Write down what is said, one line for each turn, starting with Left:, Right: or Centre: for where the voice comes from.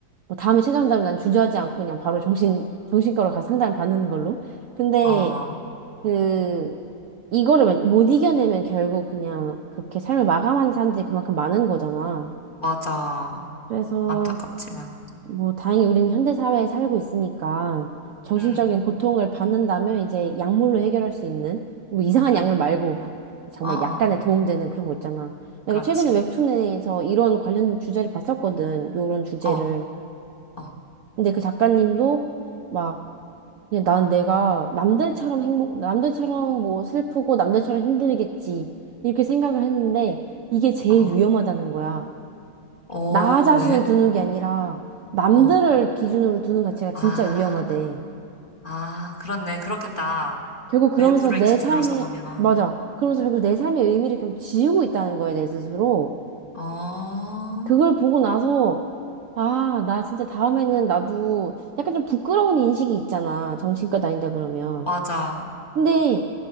Right: 뭐 다음에 찾아온다면 난 주저하지 않고 그냥 바로 정신, 정신과로 가서 상담 받는 걸로. 근데,
Left: 어,
Right: 그, 이거를 만- 못 이겨내면 결국 그냥 그렇게 삶을 마감하는 사람들이 그만큼 많은 거잖아.
Left: 맞아.
Right: 그래서,
Left: 안타깝지만.
Right: 뭐, 다행히 우리는 현대사회에 살고 있으니까 정신적인
Left: 응,
Right: 고통을 받는다면 이제 약물로 해결할 수 있는, 뭐 이상한
Left: 응,
Right: 약물 말고 <laughs> 정말
Left: 어, 어, 어,
Right: 약간의 도움되는 그런 거 있잖아. 내가
Left: 그렇지.
Right: 최근에 웹툰에서 이런 관련 주제를 봤었거든. 요런 주제를.
Left: 어, 어,
Right: 근데 그 작가님도 막 그냥 난 내가 남들처럼 행복, 남들처럼 뭐 슬프고 남들처럼 힘들겠지. 이렇게 생각을 했는데 이게 제일
Left: 어,
Right: 위험하다는 거야.
Left: 어,
Right: 나 자신을
Left: 왜?
Right: 두는 게 아니라 남들을
Left: 어,
Right: 기준으로 두는 자체가 진짜
Left: 아,
Right: 위험하대.
Left: 아, 그렇네. 그렇겠다.
Right: 결국 그러면서
Left: 외부를
Right: 내
Left: 기준으로
Right: 삶에,
Left: 삼으면.
Right: 맞아. 그러면서 결국 내 삶의 의미를 결국 지우고 있다는 거야, 내 스스로.
Left: 어,
Right: 그걸 보고 나서 아, 나 진짜 다음에는 나도 약간 좀 부끄러운 인식이 있잖아. 정신과 다닌다 그러면.
Left: 맞아.
Right: 근데